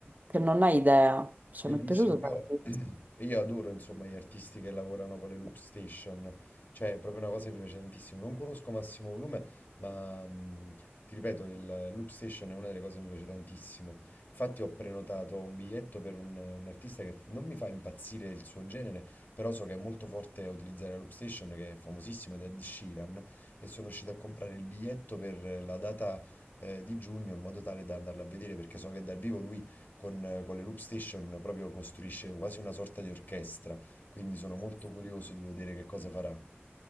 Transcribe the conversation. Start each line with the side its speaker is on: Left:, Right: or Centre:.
Right: che non hai idea, cioè
Left: Bellissimo,
Right: mi è piaciuto
Left: io,
Right: tantissimo.
Left: <clears throat> io adoro insomma gli artisti che lavorano con le loop station, cioè è proprio una cosa che mi piace tantissimo. Non conosco Massimo Volume, ma mh, ti ripeto, il loop station è una delle cose che mi piace tantissimo. Infatti ho prenotato un biglietto per un, un artista che non mi fa impazzire il suo genere, però so che è molto forte a utilizzare la loop station, che è famosissima, ed è Ed Sheeran, e sono riuscito a comprare il biglietto per la data eh, di giugno in modo tale da andarla a vedere, perché so che dal vivo lui con, con le Loop Station proprio costruisce quasi una sorta di orchestra, quindi sono molto curioso di vedere che cosa farà.